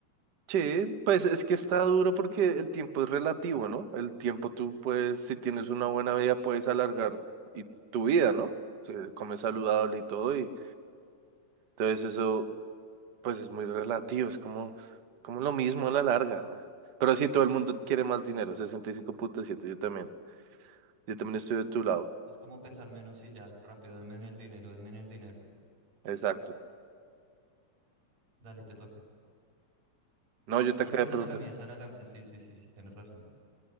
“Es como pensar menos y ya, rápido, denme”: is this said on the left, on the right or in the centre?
Right